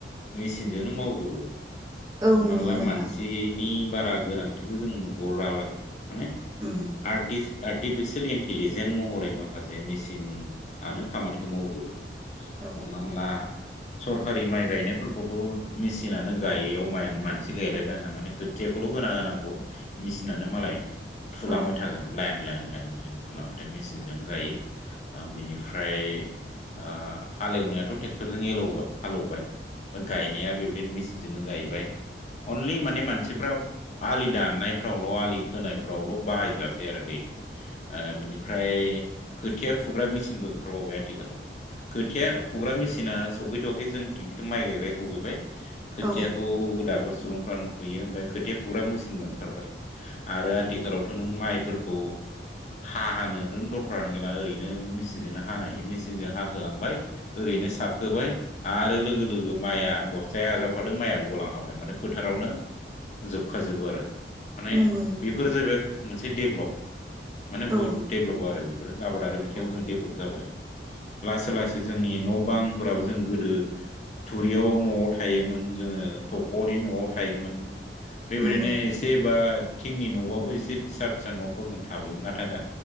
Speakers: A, on the left; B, on the right.
A: मिसिनजोंनो मावो। जौओ
B: औ
A: हमनानै
B: नंगौ
A: ला
B: नोंथां
A: मानसि नि बारा गोनांथिखौ जों नुहराला माने
B: उम
A: आर्टिस्ट नि आर्टिफिसियेल इन्टिलिजेन महरै माखासे मेसिन आनो खामानिखौ मावजोबो।
B: औ
A: हमनानैला सरखारि माइ गायनायफोरखौथ' मेसिनानो गायैयाव माइयानो मानसि गायलायनाङा माने खोथियाखौल' होना होनांगौ मेसिनानो मालाय थुलांबाय
B: औ
A: थागोन लाइन लाइन लाइन लाइन थुलांबाय थागोन मेसिनजों गायो। ओ बेनिफ्राय ओ हालेवनायाथ' ट्रेक्टरजों एलौबाय हालौबाय गायनाया बेबायदिनो मेसिनजोंनो गायबाय अनलि माने मानसिफ्रा आलि दाननायफ्रावल' आलि खोनायफ्रावल' बाहायजासै आरो दैे। ओ बिनिफ्राय खोथिया फुग्रा मेसिनबो ओंखारबावबाय <inaudible> थिखालाव खोथिया फुग्रा मेसिना सौफैथ'वाखै जोंथिं खिनथु' माइ गायग्राया सौफैबाय। खोथियाखौ
B: औ
A: दाबो सुबुंफ्रा नुफैयो। ओमफ्राय खोथिया फुग्रा मेसिनबो ओंखारबाय आरो आथिखालावथ'
B: औ
A: नों माइफोरखौ हा हानो दोन दरखारानो गैला ओरैनो मेसिनजोंनो हानाय मेसिन सिनजों हाहोलांबाय ओरैनो सारखोबाय आरो लोगो लोगो माइआ बस्थाया आजावखादों। मा मायाबो गलां खाबाय माने फोथारावनो जोबखाजोबो आरो माने
B: नंगौ नोंथां
A: बेफोर जाहैबाय मोनसे डेभलप माने
B: औ
A: बहुद डेभलप आरो बे। बेफोर आबादारि बिथिङाव
B: औ
A: जों देभलप जाबाय। लासै लासै जोंनि न' बांफोराबो जों गोदो थुरियाव न'आव थायोमोन जोङो थख'नि न'आव थायोमोन। बेबायदिनो
B: नंगौ
A: एसेबा थिंनि न'बाबो एसे फिसा फिसा न'फ्राव जों थाबायोमोन। नाथाय दा